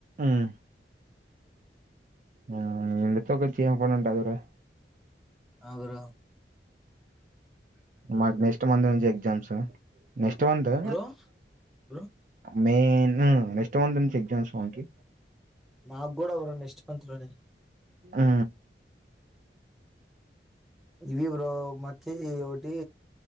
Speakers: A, on the right; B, in the centre.
A: ఆహా ఆ నిండితె ఒక చైన్ కొని ఉంటాది రా
B: అగరా
A: మాకు నెక్స్ట్ మంత్ నుంచి exams next month
B: bro bro
A: main next month నుంచి ఎగ్జామ్స్ మాకి
B: నా గూడా ఒరే నెక్స్ట్ మంత్ లోనే
A: ఆ
B: గివ్ యు బ్రో మాకి ఒ దీ